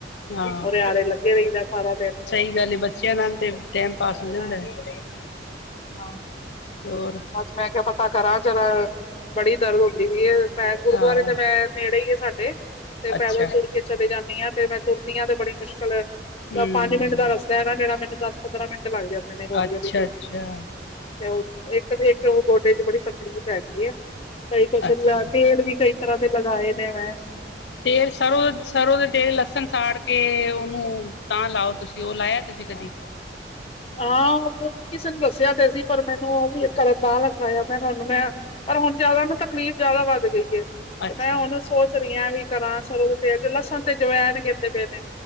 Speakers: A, on the left; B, on the left.
A: ਹਾਂ।
B: ਉਹਦੇ ਆਰੇ ਲੱਗੇ ਰਹੀਦਾ ਸਾਰਾ ਦਿਨ
A: ਸਈ ਗੱਲ ਏ ਬੱਚਿਆਂ ਨਾਲ ਤੇ ਟੈਮ -ਪਾਸ ਹੋ ਜਾਂਦਾ
B: ਹਾਂ
A: ਐ।
B: ਹਾਂ।
A: ਔਰ
B: ਬਸ, ਮੈ ਕਿਆ ਪਤਾ ਕਰਾਂ ਚਲ ਬੜੀ ਦਰਦ ਹੁੰਦੀ ਪੀ ਏ ਪੈਰ ਗੁਰੂਦੁਆਰੇ
A: ਹਾਂ
B: ਤੇ ਮੈਂ ਨੇੜੇ ਈ ਐ ਸਾਡੇ ਤੇ
A: ਅੱਛਾ
B: ਪੈਦਲ ਤੁਰ ਚਲੀ ਜਾਨੀ ਆ ਤੇ ਮੈਂ ਤੁਰਦੀ ਆਂ ਤੇ ਬੜੀ ਮੁਸ਼ਕਲ
A: ਹੂੰ
B: ਯਾ ਪੰਜ ਮਿੰਟ ਦਾ ਰਸ ਐਨਾ ਜੇੜਾ ਮੈਨੂੰ ਦਸ- ਪੰਦਰਾਂ ਮਿੰਟ ਲੱਗ ਜਾਂਦੇ ਨੇ ਹੌਲੀ-
A: ਅੱਛਾ
B: ਹੌਲੀ ਤੁਰਨੀ
A: ਅੱਛਾ
B: ਆ ਤੇ ਓ ਇੱਕ ਤੇ ਇੱਕ ਓ ਗੋਡੇ ਚ ਬੜੀ ਤਕਲੀਫ਼ ਹੈਗੀ ਐ ਕਈ ਕੁਛ
A: ਅੱਛਾ
B: ਤੇਲ ਵੀ ਕਈ ਤਰ੍ਹਾਂ ਦੇ ਲਗਾਏ ਨੇ ਮੈ।
A: ਤੇਲ ਸਰੋ ਸਰੋ ਦੇ ਤੇ ਲਸਣ ਸਾੜ ਕੇ ਉਨੂੰ ਤਾਂ ਲਾਓ, ਤੁਸੀ ਓ ਲਾਇਆ ਤੁਸੀ ਕਦੀ?
B: ਹਾਂ ਓ ਕਿਸੇ ਨੂੰ ਦੱਸਿਆ ਤੇ ਸੀ ਪਰ ਮੈਨੂੰ ਓ ਵੀ ਕਰਨ ਦਾ ਆਲਸ ਆਇਆ ਮੈ ਹੁਨ ਮੈਂ ਪਰ ਹੁਨ ਜਿਆਦਾ ਨਾ ਤਕਲੀਫ਼ ਜਆਦਾ ਵੱਧ ਗਈ ਏ। ਤੇ
A: ਅੱਛਾ
B: ਮੈਂ ਹੁਨ ਸੋਚ ਰੀ ਆ ਐਵੀ ਕਰਾਂ ਸਰੋਂ ਦੇ ਤੇਲ ਚ ਲਸਣ ਤੇ ਜਵੈਣ ਕੈਂਦੇ ਪਏ ਨੇ।